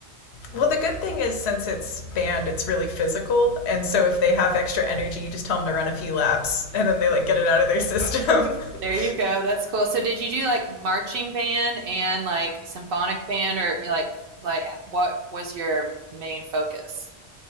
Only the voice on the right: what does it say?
There you go. That's cool. So did you do like marching band and like symphonic band or like, like what was your main focus?